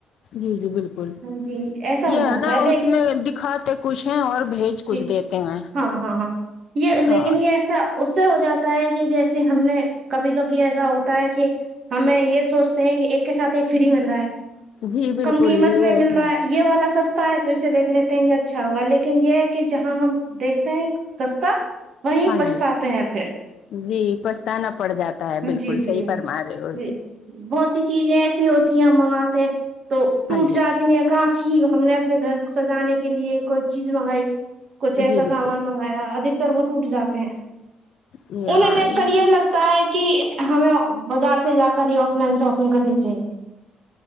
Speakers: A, on the left (about 65°); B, on the right (about 50°).
A: جی جی بالکل
B: ہاں جی ایسا
A: یہ
B: ہو جاتا
A: ہے نا
B: دیکھ
A: اس میں دکھاتے کچھ ہیں اور بھیج کچھ
B: جی
A: دیتے ہیں
B: ہاں ہاں ہاں یہ لیکن
A: ہاں
B: یہ ایسا اس سے ہو جاتا ہوتا ہے کہ جیسے ہم نے کبھی کبھی ایسا ہوتا ہے کہ ہمیں یہ سوچتے ہیں کہ ایک کے ساتھ ایک فری مل رہا ہے
A: جی بالکل
B: کم قیمت
A: یہ
B: پہ مل
A: ہاں
B: رہا ہے یہ والا سستا ہے تو اسے دیکھ لیتے ہیں یہ اچھا ہوگا لیکن یہ ہے کہ جہاں ہم دیکھتے ہیں سستا وہیں
A: ہاں
B: پچھتاتے
A: جی
B: ہیں پھر
A: جی پچھتانا پڑ جاتا ہے بالکل
B: جی جی
A: صحیح
B: جی
A: فرما رہے ہو
B: جی بہت سی چیزیں ایسی ہوتی ہیں ہم منگواتے ہیں تو ٹوٹ
A: ہاں جی
B: جاتا کانچکی ہم نے اپنے گھر سجانے کے لیے کوئی چیز منگائی کچھ ایسا
A: جی بالکل
B: سامان منگا منگایا ادکتر وہ ٹوٹ جاتے ہیں
A: جی ہاں
B: انہیں دیکھ کر یہ
A: سب
B: لگتا تا ہے کہ ہمیں بازار سے جا کر ہی آف لائن شاپنگ کرنی چاہیے